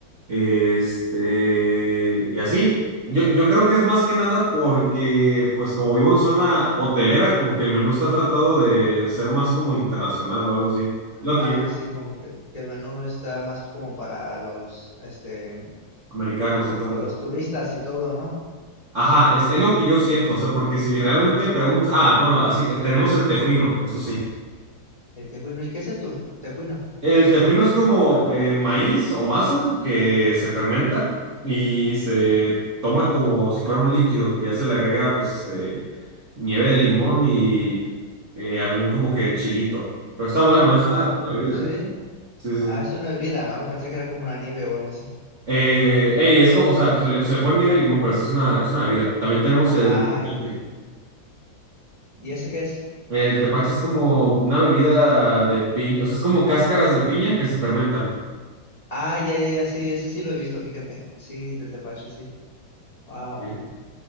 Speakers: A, on the right (about 40°); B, on the left (about 20°).
A: este, y así. Yo, yo creo que es más que nada porque, pues como vivo en zona hotelera, como que el menú está tratado de ser más como internacional o algo así. Lo
B: Ah,
A: que yo,
B: sí, como que, que el menú está más como para los, este,
A: americanos
B: como
A: y todo eso.
B: los turistas y todo, ¿no?
A: Ajá, es, es lo que yo siento, o sea, porque si realmente preguntas, ah, bueno, así, eh, tenemos el tejuino, eso sí.
B: El tejuino. ¿Y qué es el tu- tejuino?
A: El tejuino es como eh, maíz o masa que se fermenta y se toma como si fuera un líquido y ya se le agrega pues este nieve de limón y eh, algún como que chilito. Pero está bueno, es
B: Wow.
A: una, es una bebida.
B: Sí.
A: Sí, sí,
B: Ah,
A: sí.
B: es una bebida. Oh, pensé que era como una nieve o algo así.
A: Eh, ey, es como, o sea, pues se le, se le pone nieve de limón, pero sí es una, es una bebida. También tenemos el
B: Ah,
A: tepache.
B: ya entiendo. ¿Y ese qué es?
A: El tepache es como una bebida de piña, o sea, es como cáscaras de piña que se fermentan.
B: Ah, ya, ya, ya, sí, ese sí lo he visto, fíjate. Sí, del tepache, sí. Wow.
A: Sí.